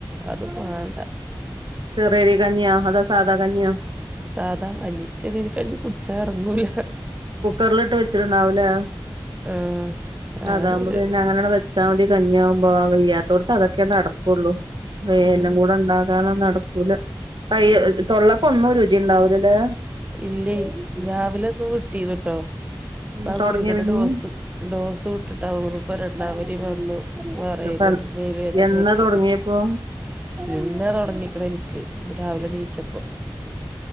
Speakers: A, on the right; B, on the right.
A: അതും മാണ്ട
B: ചെറിയരി കഞ്യോ അതാ സാധാ കഞ്യോ
A: സാദാ കഞ്ഞി ചെറിയരി കഞ്ഞി കുടിച്ചാ എറങ്ങൂല
B: കുക്കറിലിട്ട് വെച്ചിട്ടുണ്ടാവൂലേ
A: ആഹ് അത്
B: അതാകുമ്പോ പിന്നെ അങ്ങന ആണ്ട് ച്ചാമതി കഞ്ഞിയാവുമ്പോ വയ്യാ ത്തോട്ത്ത് അതൊക്കെ നടക്കൊള്ളൂ വ
A: ഉം
B: എല്ലം കൂടെ ഇണ്ടാകാനോന്നടക്കു ക്കൂല അയ്
A: ഉം
B: തൊള്ളക്കൊന്നും രുചിണ്ടാവൂലല്ലേ
A: ഇല്ലേയ് രാവിലെ ഒക്കെ വിട്ടീന്ന്ട്ടോ
B: ഉം
A: പ്പൊ ആ
B: തൊടങ്ങിയ
A: ഗുളികടെ
B: പിന്നെ
A: ഡോസ് ഡോസ് വ്ട്ട്ട്ടാതോന്ന്ണ് ഇപ്പൊ രണ്ടാം പനിം വന്നു വെറയലും
B: ഇപ്പ
A: മേൽവേദനയൊക്കെ
B: എന്നാ തൊടങ്ങിയപ്പോ
A: ഇന്നാ തൊടങ്ങിക്ക്ണെ ഇനക്ക് ഇന്ന് രാവിലെ ണീച്ചപോ